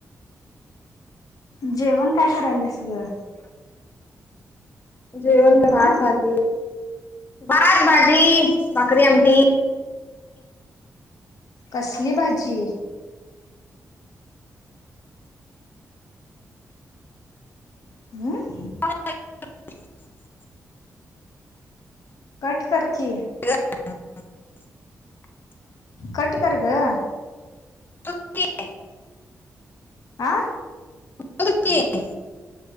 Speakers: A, on the left; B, on the left.
A: जेवण काय करायल्यास गं?
B: जेवणका भात
A: आ
B: भाजी <unintelligible> भात, भाजी, भाकरी, आमटी.
A: कसली भाजी? मय
B: <unintelligible>
A: कट कर की.
B: <unintelligible>
A: कट कर गं.
B: <unintelligible>
A: आ
B: <unintelligible> अर्जंट